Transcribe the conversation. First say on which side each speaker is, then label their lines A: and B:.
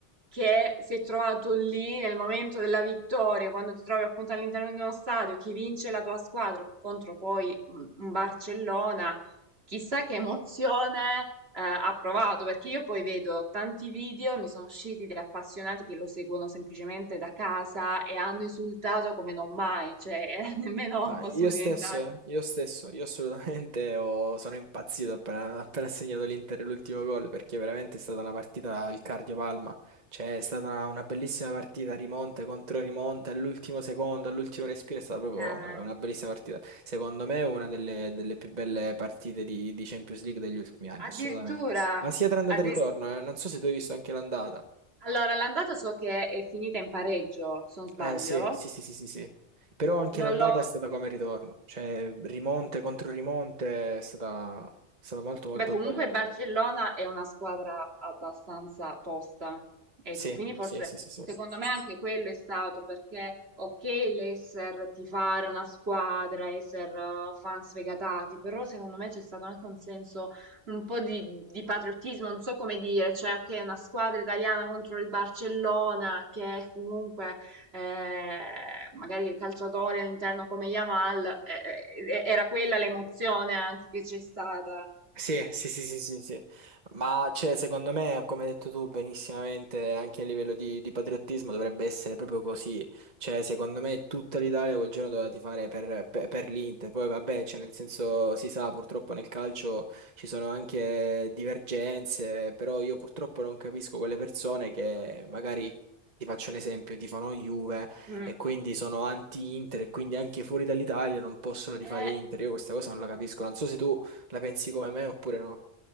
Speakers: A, on the right; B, on the right.
A: che si è trovato lì nel momento della vittoria, quando ti trovi appunto all'interno di uno stadio, chi vince la tua squadra contro poi un un Barcellona, chissà che emozione eh, ha provato, perché io poi vedo tanti video, mi sono usciti di appassionati che lo seguono semplicemente da casa e hanno insultato come non mai, cioè <laughs> nemmeno
B: Ma
A: fossimo
B: io stesso,
A: diventati.
B: eh, Io stesso, io assolutamente ho- sono impazzito appena, appena ha segnato l'Inter l'ultimo gol perché veramente è stata una partita al cardio-palma, cioè è stata una, una bellissima partita, rimonte contro rimonte, all'ultimo secondo, all'ultimo respiro, è stata proprio
A: Ah,
B: una, una
A: ecco.
B: bellissima partita. Secondo me è una delle, delle più belle partite di, di Champions League degli ultimi anni,
A: Addirittura,
B: assolutamente. Ma sia tra andata
A: addir-
B: e ritorno, eh, Non so se tu hai visto anche l'andata.
A: allora l'andata so che è finita in pareggio, se non sbaglio.
B: Eh sì, sì, sì, sì, sì, sì. Però anche
A: Non
B: l'andata
A: l'ho.
B: è stata come il ritorno, cioè rimonte contro rimonte è stata, è stata molto molto
A: Beh, comunque
B: bella.
A: il Barcellona è una squadra abbastanza tosta, ecco,
B: Sì,
A: quindi forse
B: sì, sì, sì, sì.
A: secondo me anche quello è stato perché, ok, l'esser tifare una squadra, esser eh, fan sfegatati, però secondo me c'è stato anche un senso un po' di, di patriottismo, non so come dire, cioè, ok, una squadra italiana contro il Barcellona che comunque eh, magari il calciatore all'interno come Yamal, eh, eh, era quella l'emozione anche che c'è stata.
B: Sì, sì, sì, sì, sì, sì. Ma cioè, secondo me, come hai detto tu benissimamente, anche a livello di, di patriottismo dovrebbe essere proprio così. Cioè, secondo me tutta l'Italia quel giorno doveva tifare per, per, per l'Inter. Poi vabbè, cioè, nel senso si sa, purtroppo nel calcio ci sono anche divergenze, però io purtroppo non capisco quelle persone che magari ti faccio un esempio, tifano Juve
A: Mm.
B: e quindi sono anti-Inter e quindi anche fuori dall'Italia non possono tifare
A: Eh,
B: Inter. Io questa cosa non la capisco. Non so se tu la pensi come me oppure no?